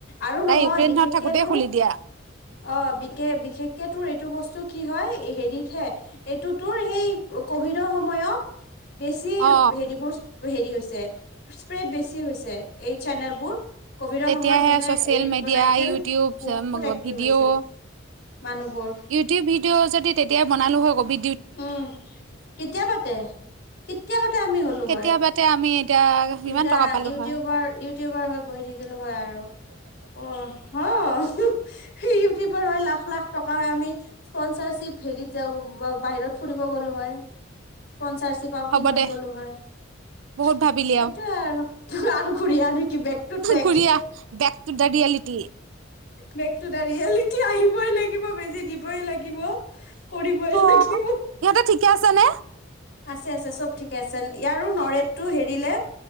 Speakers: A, on the left; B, on the right.
A: আৰু নহয়
B: ইউক্ৰেইনত
A: বিশেষকে
B: থাকোতে
A: তোৰ
B: খুলি দিয়া
A: অঁ বিশ বিশেষকে তোৰ এইটো বচতো কি হয় হেৰিতহে এইটো তোৰ সেই কভিডৰ সময়ত বেছি
B: অ
A: হেৰি বছ হেৰি হৈছে স্প্ৰেড বেছি হৈছে এই চেনেলবোৰ কভিডৰ
B: তেতিয়াহে
A: সময়ত যোনে
B: চচিয়েল
A: ৰিল
B: মিডিয়া
A: বনাইছিল
B: ইউটিউব
A: বহুত এক্টিভ
B: ভিডিঅ'
A: হৈছিল মানুহবোৰ
B: ইউটিউব ভিডিঅ' যদি তেতিয়া বনালো হ কভি
A: উম কেতিয়া পাতে কেতিয়া বাতে আমি হলো
B: কেতিয়াবাতে
A: হয়
B: আমি এতিয়া কিমান
A: এতিয়া
B: টকা পালো
A: ইউটিউবাৰ
B: হয়।
A: ইউটিউবাৰ হয় বহিত থাকিলো হয় আৰু অঁ হম ইউটিউবৰ হয় লাখ লাখ টকা হয় আমি স্পনচাৰশিপ হেৰি যাব বা বাহিৰত ফুৰিব গ'লো হয় পঞ্চাশিপ আউটিঙত
B: হ'ব দে
A: গ'লো হয় সেইটোৱে
B: বহুত ভাবিলি আও
A: আৰু আৰু ঘূৰি আহ কি বেক টু ট্ৰেক
B: ঘূৰি আহ back to the reality.
A: Back to the reality আহিবই লাগিব বেজি দিবই লাগিব কৰিবই
B: অ,
A: লাগিব
B: ইহঁতে ঠিকে আছে নে?
A: আছে আছে চব ঠিকে আছে ইয়াৰো নৰেটটো হেৰিলে